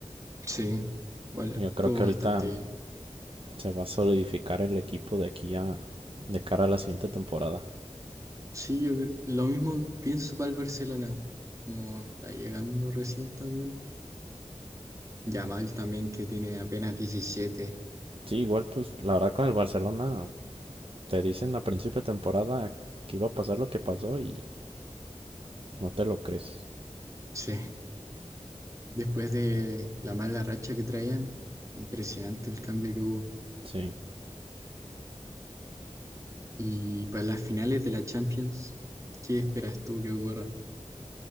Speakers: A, on the right (about 25°); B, on the right (about 50°).
A: sí, igual
B: Yo creo
A: estuvo
B: que ahorita
A: bastante bien.
B: se va a solidificar el equipo de aquí a. de cara a la siguiente temporada.
A: Sí, yo cre- lo mismo pienso para el Barcelona, como está llegando recién también. Yamal también que tiene apenas diecisiete
B: Sí, igual, pues la verdad con el Barcelona te dicen a principio de temporada que iba a pasar lo que pasó y no te lo crees.
A: Sí, después de la mala racha que traían, impresionante el cambio que hubo.
B: Sí,
A: Y para las finales de la Champions, ¿qué esperas tú que ocurra?